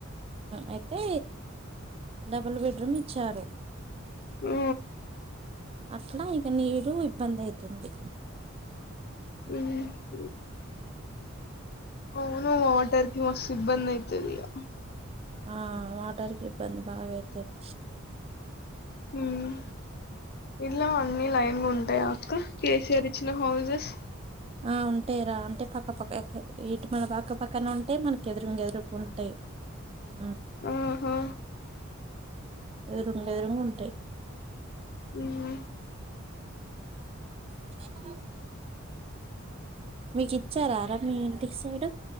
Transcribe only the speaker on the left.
ఆ
హ్మ్, హూ. అవును వాటర్ కి మస్త్ ఇబ్బంది అయితది ఇగ.
హ్మ్. ఇలా అన్ని లైనుగా ఉంటాయి. అక్క కేసీఆర్ ఇచ్చిన హౌజెస్.
ఆహా
హ్మ్.